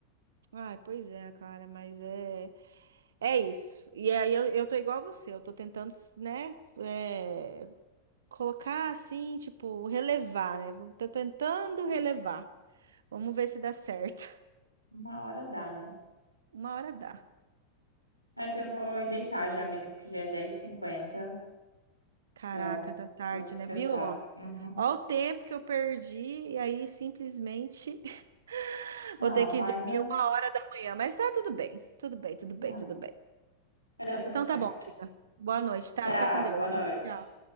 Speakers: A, on the right (about 65°); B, on the right (about 85°).
A: Ai, pois é, cara, mas é. É isso. E aí eu, eu tô igual a você, eu tô tentando, né, é, colocar assim, tipo, relevar, né? Vou- Tô tentando relevar. Vamos ver se dá certo.
B: Uma hora dá, né?
A: <laughs> Uma hora dá.
B: Mas eu vou ir deitar já, amiga, porque já é dez h 50
A: Caraca,
B: Então,
A: tá tarde,
B: vou descansar.
A: né? Viu? Ó,
B: Uhum.
A: ó o tempo que eu perdi e aí simplesmente <laughs>
B: Não,
A: vou ter que
B: mas
A: dormir
B: ah,
A: uma hora da manhã. Mas tá tudo bem, tudo bem, tudo bem,
B: não.
A: tudo bem.
B: Vai dar tudo
A: Então
B: certo.
A: tá bom, fica. Boa noite, tá?
B: Tchau,
A: Fica com Deus.
B: boa noite.
A: Tchau.